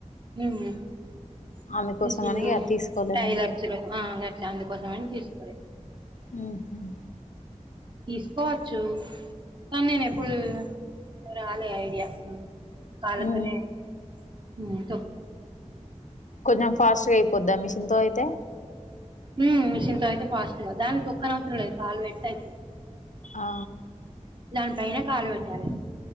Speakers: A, on the right; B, on the left.
A: <inaudible>
B: అందుకోసం
A: మెషన్లు
B: అని ఇగ
A: <unintelligible>
B: తీసుకోలేదా
A: టైలర్స్లు గట్లా అందుకోసంమని తీసుకోలే
B: హూ హమ్
A: తీసుకోవచ్చు కానీ నేను ఎప్పుడు రాలే ఐడియా కాళ్ళ
B: ఉ
A: తోనే ఉం తొక్కుత
B: కొంచెం ఫాస్ట్గా అయిపోద్దా మిషన్ తో అయితే
A: ఉం మిషిన్ తో అయితే ఫాస్ట్ గా దానికి తొక్కన అవసరం లేదు కాల్ పెడితే అయిపోది
B: ఆ
A: దాని పైనే కాళు పెట్టాలి